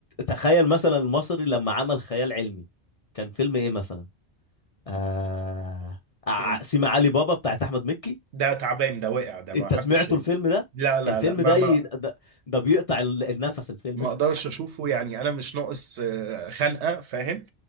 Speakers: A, on the left (about 45°); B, on the right (about 85°).
A: تخيل مثلا المصري لما عمل خيال علمي كان فيلم إيه مثلا آه... ع-
B: كان
A: سيما علي بابا بتاعت أحمد مكي
B: ده تعبان ده وقع ده ما
A: أنت سمعته
B: حدش شافه
A: الفيلم ده
B: لا لا
A: الفيلم
B: لا ما
A: ده
B: ما
A: ي... ده, ده بيقطع ال- النفس الفيلم
B: ما اقدرش اشوفه يعني انا مش ناقص آه، خنقه فاهم